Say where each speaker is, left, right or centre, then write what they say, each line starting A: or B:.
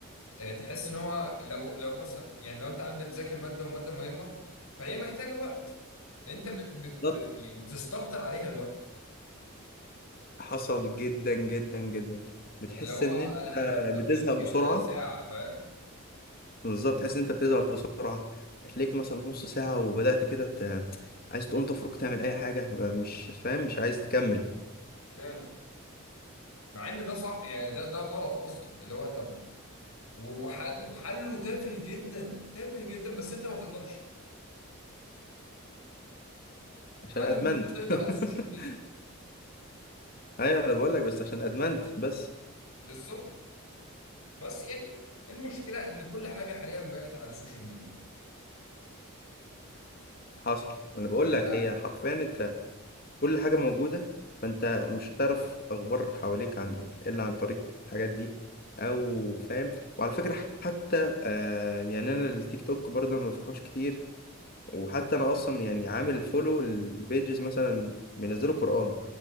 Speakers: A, on the left; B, on the left.
A: آه، تحس ان هو لو لو مثلا يعني لو انت قاعد بتذاكر ماده وماده مهمه فهي محتاجه وقت انت بت بت بت-
B: بالظبط
A: يعني بتستكتر عليها الوقت
B: حصل جدا جدا جدا بتحس
A: اللي هو
B: ان
A: انا
B: انت
A: انا حاطط
B: بتزهق
A: لك
B: بسرعة
A: آه، ساعه فاهم
B: بالظبط تحس ان انت بتزهق بسرعه هتلاقيك مثلا نص ساعه وبدات كده ت... عايز تقوم تفرك تعمل اي حاجه مش فاهم مش عايز تكمل
A: فعلا مع ان ده صح يعني ده ده غلط قصدي اللي هو طب و- وحل وحله تافه جدا تافه جدا بس انت ما تقدرش
B: عشان
A: حله
B: ادمنت
A: ان انت تقطع السوشيال
B: <laughs>
A: ميديا
B: ايوه انا بقول لك بس عشان ادمنت بس
A: بالظبط بس يعني المشكله ان كل حاجه حاليا بقت على السوشيال ميديا
B: حصل وانا بقول
A: يعني
B: لك
A: ده
B: هي حرفيا انت كل حاجه موجوده فانت مش هتعرف اخبار حواليك عن الا عن طريق الحاجات دي او فاهم وعلى فكره حتى آه يعني انا التيك توك برضه ما بفتحوش كتير وحتى انا اصلا يعني عامل فولو البيجز مثلا بينزلوا قران